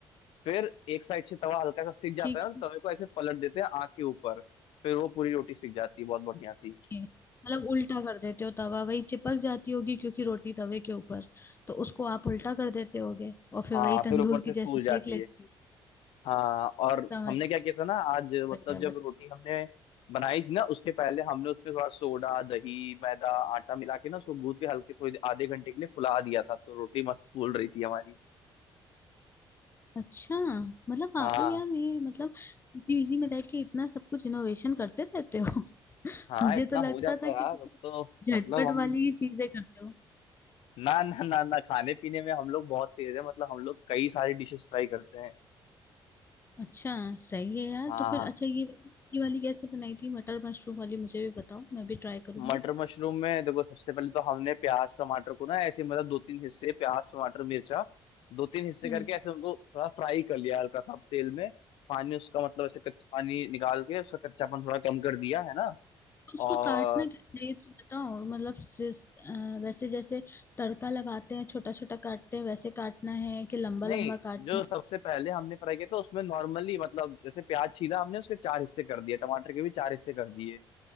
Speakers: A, on the left; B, on the left.
A: फिर एक साइड से तवा हल्का सा सिक जाता
B: ठीक
A: है ना तो
B: है
A: तवे को ऐसे पलट देते हैं आग के ऊपर फिर वो पूरी रोटी सिक जाती है बहुत बढ़िया सी
B: ठीक है। मतलब उल्टा कर देते हो तवा वही चिपक जाती होगी क्योंकि रोटी तवे के ऊपर तो उसको आप उल्टा कर देते होगे और फिर
A: हाँ
B: वही
A: फिर
B: तंदूर
A: ऊपर से
B: की
A: फूल
B: जैसे सेक
A: जाती
B: लेते
A: है
B: हो
A: हाँ और
B: समझ
A: हमने क्या किया था ना आज मतलब
B: बढ़िया
A: जब
B: बढ़िया
A: रोटी हमने बनाई थी ना उसके पहले हमने उसमें थोड़ा सोडा दही मैदा आटा मिला के ना उसको गूंथ के हल्के थोड़ी आधे घंटे के लिए फुला दिया था तो रोटी मस्त फूल रही थी हमारी
B: अच्छा मतलब आप
A: हाँ
B: लोग यार ये मतलब पीजी में रह के इतना सब कुछ इनोवेशन करते रहते हो <laughs>
A: हाँ
B: मुझे
A: इतना
B: तो लगता
A: हो जाता
B: था
A: है
B: कि
A: यार अब तो
B: झटपट
A: मतलब हम
B: वाली ही चीजें करते हो
A: ना ना ना ना खाने पीने में हम लोग बहुत तेज है मतलब हम लोग कई सारी डिशेस ट्राई करते हैं
B: अच्छा सही है यार
A: हाँ
B: तो फिर अच्छा ये ये वाली कैसे बनाई थी मटर मशरूम वाली मुझे भी बताओ मैं भी ट्राई करूंगी
A: मटर मशरूम में देखो सबसे पहले तो हमने प्याज टमाटर को ना ऐसे मतलब दो तीन हिस्से प्याज टमाटर मिर्चा दो तीन हिस्से
B: हम्म
A: करके ऐसे उनको थोड़ा फ्राई कर लिया हल्का सा तेल में पानी उसका मतलब ऐसे कच्चा पानी निकाल के उसका कच्चापन थोड़ा कम कर दिया है ना
B: तो उसको
A: और
B: काटना कैसे है ये तो बताओ मतलब सिस- अ, वैसे जैसे तड़का लगाते हैं छोटा छोटा काटते हैं वैसे काटना है कि लंबा
A: नहीं
B: लंबा काटना
A: जो
B: है
A: सबसे पहले हमने फ्राई किया था उसमें नॉर्मली मतलब जैसे प्याज छीला हमने उसके चार हिस्से कर दिए टमाटर के भी चार हिस्से कर दिए